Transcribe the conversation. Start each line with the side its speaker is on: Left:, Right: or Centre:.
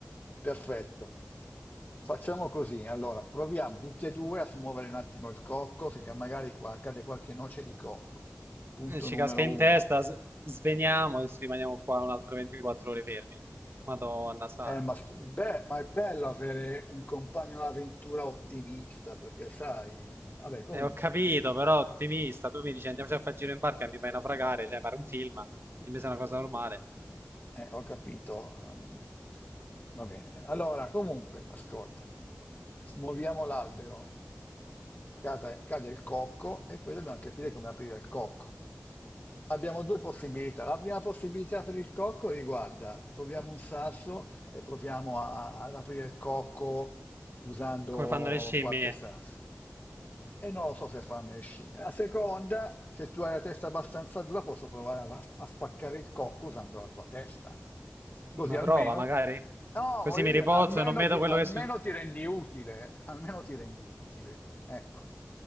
Left: perfetto. Facciamo così. Allora, proviamo tutti e due a smuovere un attimo il cocco, se magari qua cade qualche noce di cocco. Punto
Right: Eh, Ci
Left: numero
Right: casca in
Left: uno.
Right: testa, s- sveniamo e rimaniamo qua un'altra 24 ore fermi. Madonna santa.
Left: Eh, ma, s- beh, ma è bello avere un compagno d'avventura ottimista, perché sai, vabbè, comunque,
Right: E ho capito, però ottimista, tu mi dici andiamoci a fare il giro in barca e mi fai naufragare, cioè fare un film, dimmi se è una cosa normale.
Left: eh, ho capito. ehm, va bene. Allora, comunque, ascoltami, smuoviamo l'albero, cade, cade il cocco e poi dobbiamo capire come aprire il cocco. Abbiamo due possibilità. La prima possibilità per il cocco riguarda, troviamo un sasso e proviamo a- ad aprire il cocco usando
Right: Come fanno le scimmie?
Left: qualche sasso. E non lo so se fanno le scimmie. La seconda, se tu hai la testa abbastanza dura, posso provare a, a spaccare il cocco usando la tua testa. Così
Right: Una
Left: almeno,
Right: prova, magari.
Left: no,
Right: Così
Left: voglio
Right: mi
Left: dire,
Right: riposo
Left: almeno
Right: e non vedo
Left: ti,
Right: quello
Left: almeno
Right: che succede.
Left: ti rendi utile, almeno ti rendi utile. Ecco.